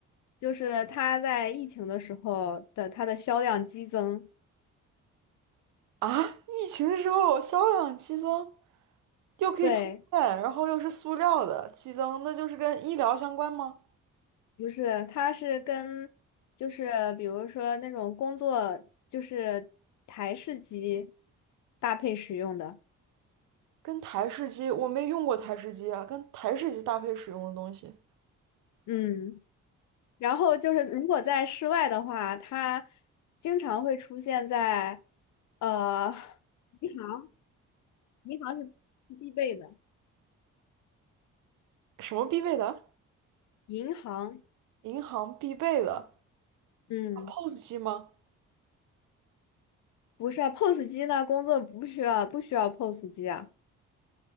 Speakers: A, on the left (about 70°); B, on the right (about 80°).
A: 就是它在疫情的时候的它的销量激增。
B: 啊，疫情的时候销量激增。又可以通电，
A: 对，
B: 然后又是塑料的，激增，那就是跟医疗相关吗？
A: 不是，它是跟就是比如说那种工作就是台式机搭配使用的。
B: 跟台式机，我没用过台式机啊，跟台式机搭配使用的东西，
A: 嗯，然后就是如果在室外的话，它经常会出现在呃银行，银行是必备的，
B: 什么必备的？
A: 银行。
B: 银行必备的啊
A: 嗯，
B: p o s 机吗？
A: 不是啊，POS 机呢？工作不需要，不需要 POS 机啊。